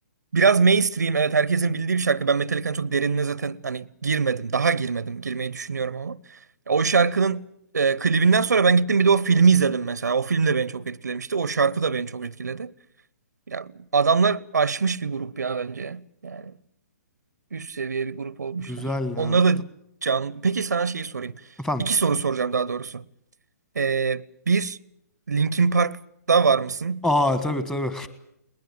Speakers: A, on the right; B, in the centre.
A: Biraz mainstream evet herkesin bildiği bir şarkı. Ben Metallica'nın çok derinine zaten hani girmedim. Daha girmedim. Girmeyi düşünüyorum ama. O şarkının e, klibinden sonra ben gittim bir de o filmi izledim mesela. O film de beni çok etkilemişti. O şarkı da beni çok etkiledi. Ya adamlar aşmış bir grup ya bence. Yani üst seviye bir grup olmuşlar.
B: Güzel
A: Onlara
B: ya.
A: da can... Peki sana şeyi sorayım.
B: Efendim.
A: İki soru soracağım daha doğrusu. E, bir Linkin Park'ta var mısın?
B: Aa tabii tabii.